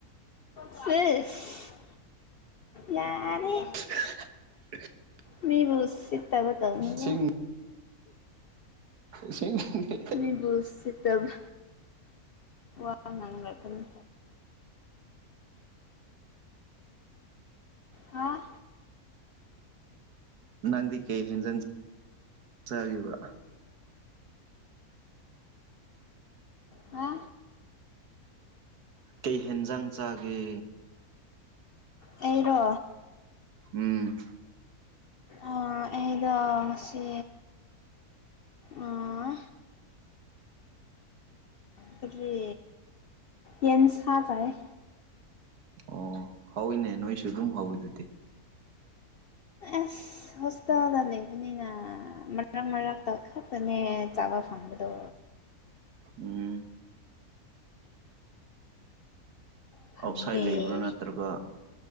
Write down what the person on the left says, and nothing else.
ꯁꯤꯁ ꯌꯥꯔꯦ
ꯃꯤꯕꯨ ꯎꯁꯤꯠꯇꯕ ꯇꯧꯅꯨꯗ
ꯃꯤꯕꯨ ꯎꯁꯤꯠꯇꯕꯥ ꯋꯥ ꯉꯥꯡꯔꯛꯀꯅꯤ ꯍꯥ
ꯍꯥ
ꯑꯩꯔꯣ
ꯑ ꯑꯩꯗꯣ ꯉꯁꯤ ꯑꯥ ꯀꯔꯤ ꯌꯦꯟꯁꯥ ꯆꯥꯏꯌꯦ
ꯑꯁ ꯍꯣꯁꯇꯦꯜꯗ ꯂꯩꯕꯅꯤꯅ ꯃꯔꯛ ꯃꯔꯛꯇ ꯈꯛꯇꯅꯦ ꯆꯥꯕ ꯐꯪꯕꯗꯣ
ꯐꯪꯗꯦ